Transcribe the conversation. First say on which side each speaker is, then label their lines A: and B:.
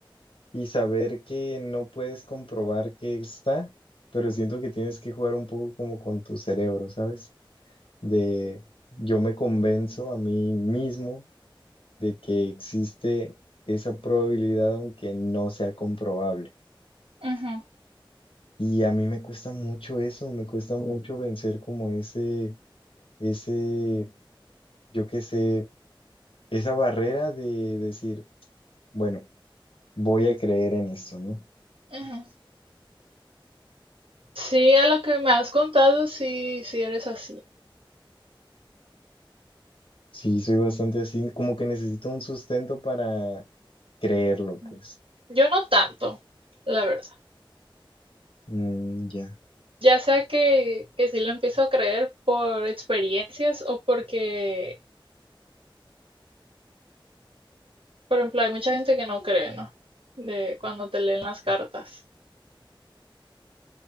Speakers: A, on the left; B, on the right.
A: y saber que no puedes comprobar que está, pero siento que tienes que jugar un poco como con tu cerebro, ¿sabes? De yo me convenzo a mí mismo de que existe esa probabilidad aunque no sea comprobable.
B: Ujú,
A: Y a mí me cuesta mucho eso, me cuesta mucho vencer como ese, ese, yo qué sé, esa barrera de decir, bueno, voy a creer en esto, ¿no?
B: ujú. Sí, a lo que me has contado, sí, sí eres así.
A: Sí, soy bastante así, como que necesito un sustento para creerlo, pues.
B: Mm. Yo no tanto, la verdad.
A: Mm, ya.
B: Ya sea que, que sí lo empiezo a creer por experiencias o porque, por ejemplo, hay mucha gente que no cree, ¿no? De cuando te leen las cartas.